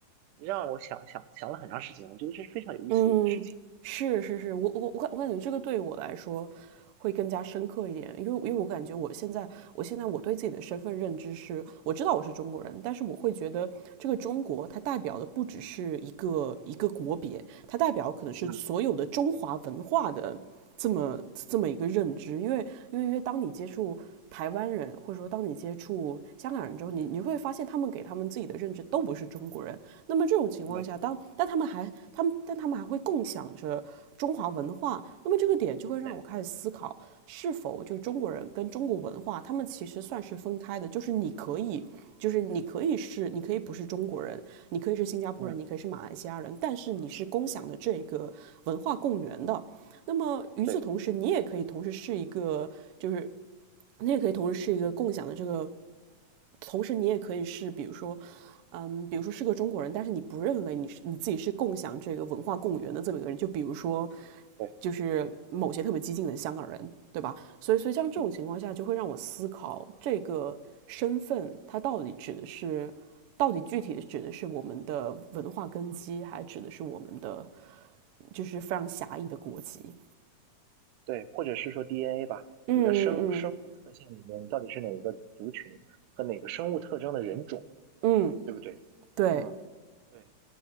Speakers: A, on the right; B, on the right.
A: 让我想想想了很长时间，我觉得这是非常有意思的一个事情。
B: 嗯，是是是，我我我感我感觉这个对我来说会更加深刻一点，因为因为我感觉我现在我现在我对自己的身份认知是，我知道我是中国人，但是我会觉得这个中国它代表的不只是一个一个国别，它代表可能是所有的中华文化的这么这么一个认知，
A: 嗯，
B: 因为因为因为当你接触。台湾人，或者说当你接触香港人之后，你你会发现他们给他们自己的认知都不是中国人，那么这种情况下，
A: 没错，
B: 当但他们还他们但他们还会共享着中华文化，那么这个点就会让我开始思考，
A: 对，
B: 是否就是中国人跟中国文化，他们其实算是分开的，就是你可以，就是你可以是，你可以不是中国人，你可以是新加坡人，
A: 嗯，
B: 你可以是马来西亚人，但是你是共享的这个文化共源的。那么与此同时，
A: 对，
B: 你也可以同时是一个，就是你也可以同时是一个共享的这个，同时你也可以是，比如说嗯，比如说是个中国人，但是你不认为你是你自己是共享这个文化共源的这么一个人，就比如说
A: 对，
B: 就是某些特别激进的香港人，对吧？所以，所以像这种情况下，
A: 嗯，
B: 就会让我思考这个身份它到底指的是，到底具体的指的是我们的文化根基，还指的是我们的就是非常狭义的国籍？
A: 对，或者是说 DNA 吧，
B: 嗯嗯嗯
A: 你的生生物特性里面，你到底是哪个族群和哪个生物特征的人种，
B: 嗯，
A: 对不对？
B: 对
A: 嗯。对。